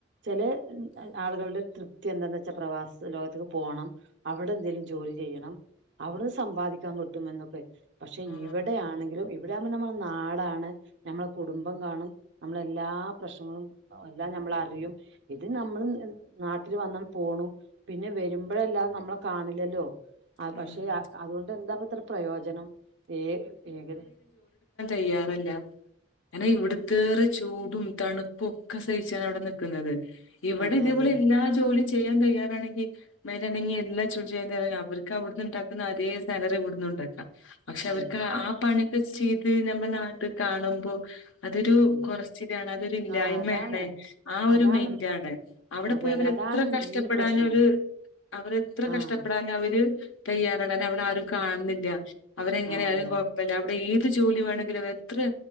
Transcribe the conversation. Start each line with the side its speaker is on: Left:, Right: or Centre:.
Right: ചേലെ ആളുകളുടെ തൃപ്തി എന്താന്ന് വെച്ചാൽ പ്രവാസ ലോകത്തേക്ക് പോകണം അവിടെ എന്തെേലും ജോലി ചെയ്യണം അവിടുന്ന് സമ്പാദിക്കാൻ കിട്ടും എന്നൊക്കെ പക്ഷെ
Left: ആ
Right: ഇവിടെയാണെങ്കിലും എവിടെആ ഉ മ്പോ നമ്മള നാടാണ് നമ്മളെ കുടുംബം കാണും നമ്മള എല്ലാ പ്രശ്നങ്ങളും എല്ല നമ്മള അറിയും ഇത് നമ്മൾ നാട്ടിൽ വന്നാൽ പോണു പിന്നെ വരുമ്പോഴ അല്ലാതെ നമ്മള കാണില്ലല്ലോ ആ
Left: ഉം.
Right: പക്ഷെ അതുകൊണ്ട് എന്താപ്പത്ര പ്രയോജനം ഏ ഏക
Left: തെയ്യാറല്ല അനെ ഇവട്ത്തേറെ ചൂടും തണുപ്പും ഒക്കെ സഹ ചാണ് നിക്കുന്നത് വിടെ നുന്നത് ഇവിടെ
Right: അതെ
Left: ഇതേപൊലെ
Right: അതെ
Left: എല്ല ജോലി ചെയ്യാൻ തയ്യാറാണെങ്കി മേലനങ്ങി ണ്ടെി എല്ലാം ചൂൽ ചെയ്യാൻ തെയർ അവ കവിട്ന്ന്ണ്ടാക്കുന്ന അതേ സാലറി ഇവിടുന്നുണ്ടാക്കാം പക്ഷെ
Right: അതെ
Left: അവർക്ക് ആ പണി കെ ചെയി്ത് നമ്മ നാട്ടിൽ കാണുമ്പോ അതൊരു
Right: ഉം
Left: കുറച്ച്താണ് അതൊരു ഇല്ലായ്മയാണ്
Right: ആ അതാണ്
Left: ആ ഒരു
Right: അതാണ്
Left: മെൻറാണ് അവിടെ
Right: അതെ
Left: പോയവര്
Right: അതെ അതാണ്
Left: എത്ര കഷ്ടപ്പെടാന
Right: മെയിൻ പ്രശ്നം
Left: ഒരു അവര് എത്ര
Right: ആഹ്
Left: കഷ്ടപ്പെടാന അവര് തയ്യാറടൻ അവിടെ ആരും കാണുന്നില്ല അവരെങ്ങനെ
Right: ആഹ്
Left: ആരും
Right: അതെ
Left: കുഴപ്പല്ല
Right: അതെ
Left: അവിടെഈ ത് ജോലി വേണെങ്കിൽ വെത്രെ